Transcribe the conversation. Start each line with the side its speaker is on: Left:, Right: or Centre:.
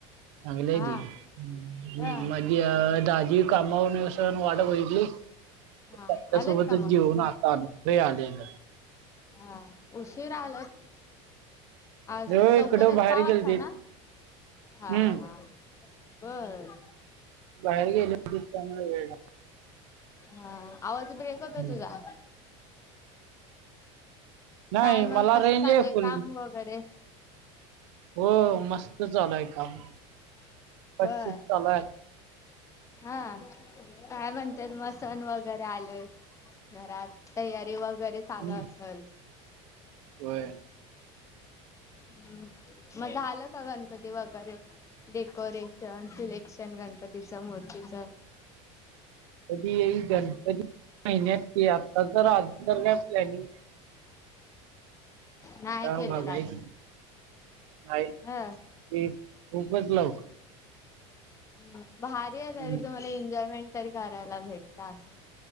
Right: चांगलीये
Left: हा
Right: दीदी <unintelligible>
Left: हा
Right: अं.. दाजी कामावरून येवू पर्यंत वाट बघितली.
Left: हा
Right: त्यांच्यासोबतच
Left: आलत का मग
Right: जेवून आता आलोय आले घरी.
Left: हा उशीर आलंत. आज
Right: लय
Left: लवकरच
Right: इकडं बाहेर
Left: सहा वाजता
Right: गेलते
Left: ना?
Right: हम्म
Left: हा हा बर.
Right: बाहेर गेलेत, त्यामुळे वेळ झाला.
Left: हा आवाज ब्रेक होतो
Right: हम्म.
Left: तुझा.
Right: नाही
Left: काय मग
Right: मला
Left: कसं
Right: रेंज
Left: चालय
Right: आहे फुल
Left: काम वगैरे?
Right: हो मस्त चालूय काम. पटशिफ्ट
Left: बरं.
Right: चालू आहे
Left: हां.. काय म्हणत्यात सण वगैरे आलंय. घरात तयारी वगैरे चालू
Right: हम्म
Left: असल.
Right: होय.
Left: हम् मग झालं का, गणपती वगैरे. डेकोरेशन सिलेक्शन, गणपतीच मूर्तीच.
Right: कधी येईल गणपती महिन्यात, आता तर आ का प्लॅनिंग. <unintelligible>
Left: नाही केलेलं हा.
Right: ते खूपच लावू.
Left: हम्म भारी आहे
Right: हम्म
Left: तरी तुम्हाला एन्जॉयमेंट तरी करायला भेटत असं.